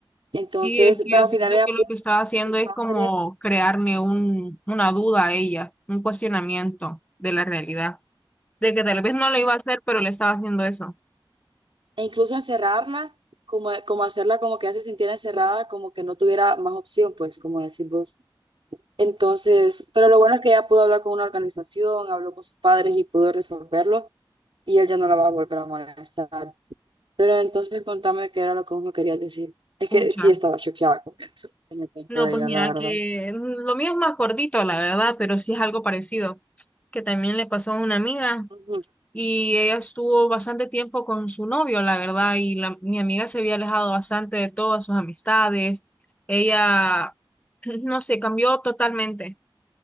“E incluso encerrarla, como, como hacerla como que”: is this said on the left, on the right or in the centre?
Right